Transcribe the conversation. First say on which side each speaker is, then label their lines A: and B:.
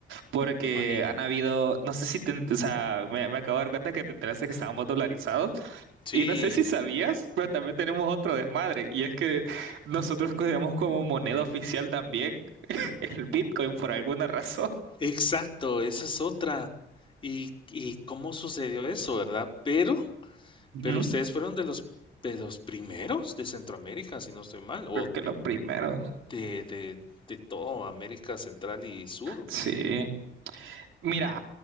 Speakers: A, on the right; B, on the left.
A: porque
B: me imagino.
A: han habido, no sé si te, o sea, me, me acabo de dar cuenta que te enteraste que estábamos dolarizados.
B: Sí,
A: Y no sé si sabías, pero también tenemos otro desmadre, y es que nosotros cogemos como moneda oficial también el Bitcoin por alguna razón.
B: Exacto, esa es otra. ¿Y, y cómo sucedió eso, verdad? Pero,
A: Ujú.
B: pero ustedes fueron de los, de los primeros de Centroamérica, si no estoy mal, o
A: Creo que los primeros.
B: de, de, de todo América Central y Sur.
A: Sí. Mira,